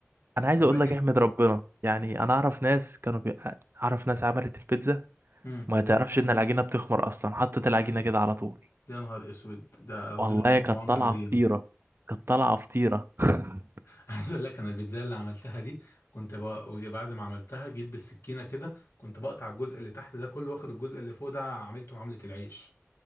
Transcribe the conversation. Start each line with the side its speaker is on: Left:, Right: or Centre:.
Right: انا
Left: فما
Right: عايز اقول
Left: بقتش
Right: لك احمد ربنا يعني انا اعرف ناس كانوا بي... اعرف ناس عملت البيتزا
Left: امم
Right: ما تعرفش ان العجينة بتخمر اصلا حطت العجينة كده على طول
Left: يا نهار اسود ده ربنا
Right: والله
Left: يكون في
Right: كانت
Left: عون
Right: طالعة
Left: العجين
Right: فطيرة كانت طالعة فطيرة <laughs>
Left: <laughs> عايز اقول لك انا البيتزا اللي عملتها دي كنت بق... بعد ما عملتها جيت بالسكينه كده كنت بقطع الجزء اللي تحت ده كله واخد الجزء اللي فوق ده عملته معامله العيش